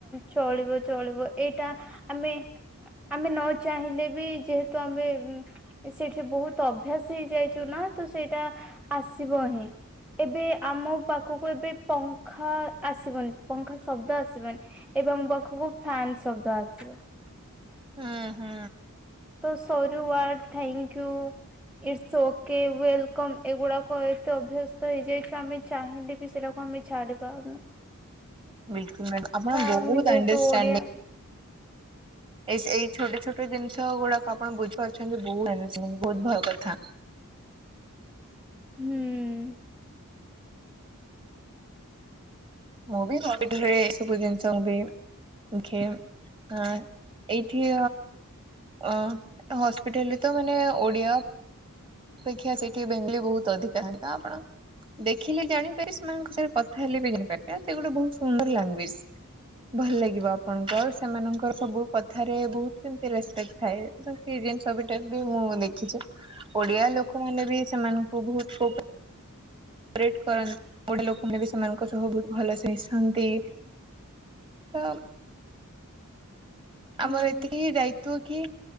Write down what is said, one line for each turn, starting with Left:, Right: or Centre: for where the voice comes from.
Centre: ଚଳିବ ଚଳିବ ଏଇଟା ଆମେ ଆମେ ନ ଚାହିଁଲେ ବି ଯେହେତୁ ଆମେ ସେଇଠି ବହୁତ ଅଭ୍ୟାସ ହେଇଯାଇଛୁ ନା ତ ସେଇଟା ଆସିବ ହିଁ। ଏବେ ଆମ ପାଖକୁ ଏବେ ପଙ୍ଖା ଆସିବନି ପଙ୍ଖା ଶବ୍ଦ ଆସିବନି। ଏବେ ମୋ ପାଖକୁ ଫ୍ୟାନ୍ ଶବ୍ଦ ଆସିବ।
Right: ହଁ ହୁଁ।
Centre: ତ ସରୁ word thank you. It's okay welcome ଏଗୁଡ଼ାକ ଏତେ ଅଭ୍ୟସ୍ତ ହେଇଯାଇଛ ଆମେ ଚାହିଁଲେ ବି ସେଟାକୁ ଆମେ ଛାଡ଼ି ପାରୁନି।
Right: ବିଲକୁଲ ମାଡାମ୍ ଆପଣ ବହୁତ
Centre: ଆମେ ଯେହେତୁ
Right: ଅଣ୍ଡରସ୍ତାଣ୍ଡିଂ।
Centre: ଓଡିଆ
Right: ଏଇ ଏଇ ଛୋଟ ଛୋଟ ଜିନିଷ ଗୁଡ଼ାକ ଆପଣ ବୁଝିପାରୁଛନ୍ତି ବହୁ ବହୁତ ଭୟ କଥା।
Centre: ହୁଁ।
Right: ମୁଁ ବି <unintelligible> ସବୁ ଜିନିଷ ମୁ ବି ଖେ ଆଁ ଏଇଠି ଅ ହସ୍ପିଟାଲ ରେ ତ ମାନେ ଓଡ଼ିଆ ଅପେକ୍ଷା ସେଇଠି ବେଙ୍ଗଲି ବହୁତ ଅଧିକା ତ ଆପଣ ଦେଖିଲେ ଜାଣିପାରେ ସେମାନଙ୍କ ସହରେ କଥା ହେଲେ ବି ଜାଣିପାରେ କା ସେ ଗୋଟେ ବହୁତ ସୁନ୍ଦର ଲାଙ୍ଗୁଏଜ। ଭଲ ଲାଗିବ ଆପଣଙ୍କ ସେମାନଙ୍କ ସବୁ କଥାରେ ବହୁତ କେମତି ରେସ୍ପେକ୍ଟ ଥାଏ। ସେ ଜିନିଷ ବି ଟେକ ବି ମୁଁ ଦେଖିଛି। ଓଡିଆ ଲୋକମାନେ ବି ସେମାନଙ୍କୁ ବହୁତ ପରେଟ କରନ୍ତି। ଗୋଟେ ଲୋକମାନେ ବି ସେମାନଙ୍କ ସହ ବହୁ ଭଲସେ ମିଶନ୍ତି। ତ
Centre: ହୁଁ
Right: ଆମର ଏତିକି ଦାୟିତ୍ଵ କି